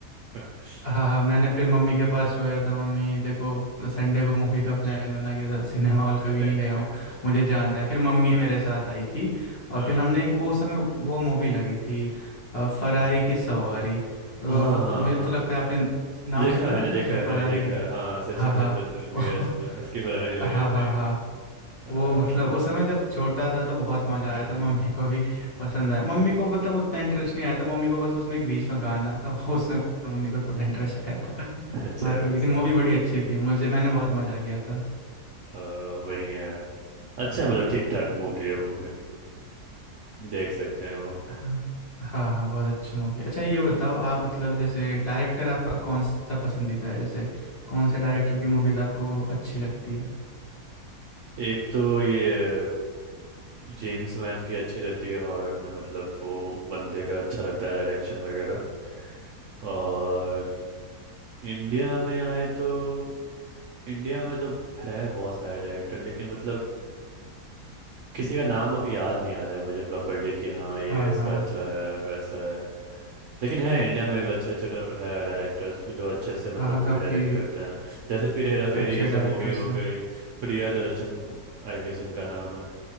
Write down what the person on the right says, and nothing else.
<laughs>
<laughs>
हाँ
हाँ
हाँ हाँ
हाँ।
देखा
है मैंने
देखा
है
मैंने देखा
है हाँ सचिन
तेंदुलकर भी है उसमें
हंस के बड़ा ले लेते
हैं
अ,
हम्म,
अच्छा
अच्छा
अ, बढ़िया है अच्छा मतलब ठीक ठाक मूवी है वो भी देख सकते हैं वो
एक तो ये जेम्स वैन की अच्छी रहती है हॉरर में मतलब वो बंदे का अच्छा रहता है डायरेक्शन वगैरह और इंडिया में आए तो इंडिया में तो है बहुत सारे डायरेक्टर लेकिन मतलब किसी का नाम अभी याद नहीं आ रहा है मुझे प्रॉपरली कि हाँ ये
इसका
अच्छा है वैसा है लेकिन है इंडिया में भी अच्छे अच्छे डा- है डायरेक्टर्स जो अच्छे से मतलब
मूवी
डायरेक्ट करते हैं जैसे फिर हेरा
फेरी ये सब
मूवी हो
गई प्रिया दर्शन आई गेस उनका नाम है